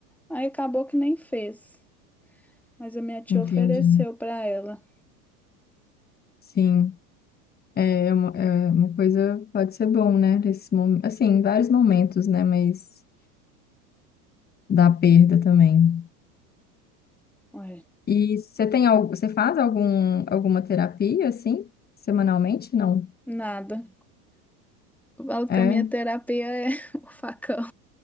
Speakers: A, in the centre; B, on the left.
A: Aí acabou que nem fez. Mas a minha tia
B: entendi.
A: ofereceu para ela.
B: Sim, é uma, é uma coisa pode ser bom, né? Nesse momento, assim, em vários momentos, né? Mas da perda também.
A: Ué,
B: E você tem algo, você faz algum, alguma terapia assim, semanalmente? Não.
A: nada. Eu falo
B: É,
A: que a minha terapia é <laughs> o facão.